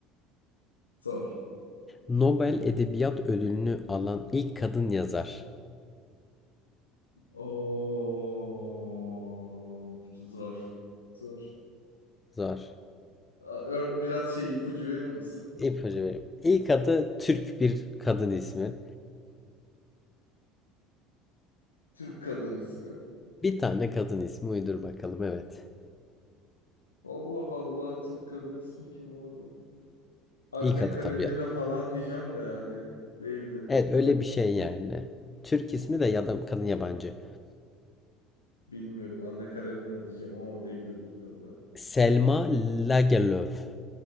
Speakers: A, on the left; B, on the left.
A: Zor.
B: Nobel Edebiyat Ödülünü alan ilk kadın yazar.
A: Oo, zor. Zor.
B: Zor.
A: Aa, ör- Biraz şey ipucu verir misin?
B: İpucu vereyim. İlk adı Türk bir kadın ismi.
A: Türk kadın ismi.
B: Bir tane kadın ismi uydur bakalım evet.
A: Allah Allah Türk kadın ismi kim abi? Anne
B: İlk adı
A: Karenina
B: tabii.
A: falan diyeceğim de yani değildir muhtemelen.
B: Evet öyle bir şey yani. Türk ismi de ya da kadın yabancı.
A: Bilmiyorum Anne Karenina diyeceğim ama o değildir muhtemelen.
B: Selma Lagerlöf.